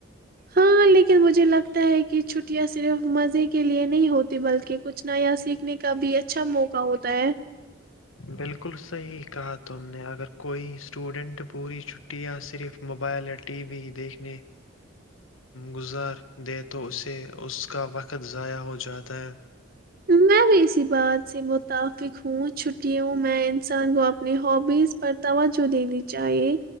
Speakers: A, on the right; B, on the left.
A: ہاں لیکن مجھے لگتا ہے کہ چھٹیاں صرف مزے کے لیئے نہیں ہوتی بلکہ کچھ نیا سیکھنے کے کا بھی اچھا موقع ہوتا ہے
B: بالکل صحیح کہا تم نے اگر کوئی اسٹوڈنٹ پوری چھٹٹی یا صرف موبائل یا ٹی وی دیکھنے گزار دے تو اسے اس کا وقت ضائع ہو جاتا ہے
A: میں بھی ایسی بات سے متفق ہوں چھٹیوں میں انسان کو اپنی ہوبیز پر توجہ دینی چاہیے